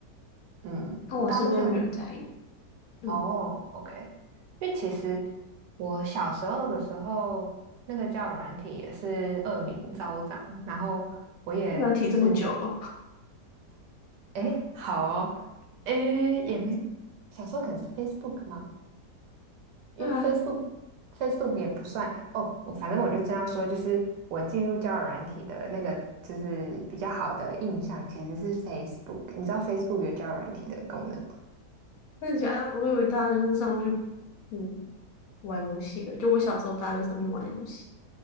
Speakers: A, on the right; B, on the left.
A: 嗯，
B: 但我身边没有人在用。
A: 我大部分
B: 嗯，
A: 哦，OK，因为其实我小时候的时候，那个交友软体也是恶名昭彰，然后我也就是，
B: 软提这么久了，
A: 诶，好哦，诶，也没有，小时候可能是 Facebook 吗？因为
B: <laughs> 对啊，
A: Facebook Facebook 也不算哦，我反正我就正要说，就是我进入交友软体的那个，就是比较好的印象其实是 Facebook。你知道 Facebook 有交友软体的功能吗
B: 真的假的我以为大家就是上去，嗯。玩游戏的，就我小时候大都上去玩游戏，